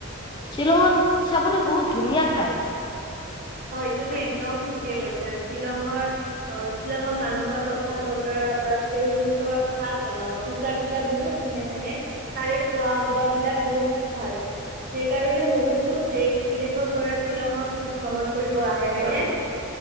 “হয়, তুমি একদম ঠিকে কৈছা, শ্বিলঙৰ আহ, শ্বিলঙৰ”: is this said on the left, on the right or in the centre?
Right